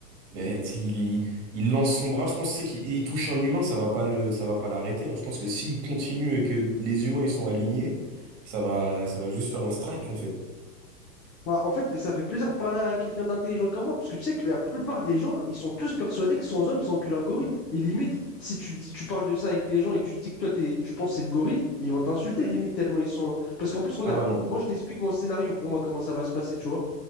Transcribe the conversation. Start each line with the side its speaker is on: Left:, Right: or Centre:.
Right: Mais tu sais, il, il- il lance son bras, je pense tu sais, qu'il il touche un humain, ça va pas le, ça va pas l'arrêter. hein. Je pense que s'il continue et que les humains ils sont alignés, ça va, ça va juste faire un strike en fait.
Left: Bah, en fait, ça fait plaisir de parler à quelqu'un d'intelligent comme moi, parce que tu sais que la plupart des gens, ils sont tous persuadés que sans homme, c'est cul, un gorille. Et limite, si tu dis, tu parles de ça avec les gens et tu dis que toi, t'es- tu penses que c'est le gorille, ils vont t'insulter, limite, tellement ils sont... Parce qu'en plus, regarde,
Right: Ah ouais, non.
Left: moi, je t'explique mon scénario pour moi, comment ça va se passer, tu vois.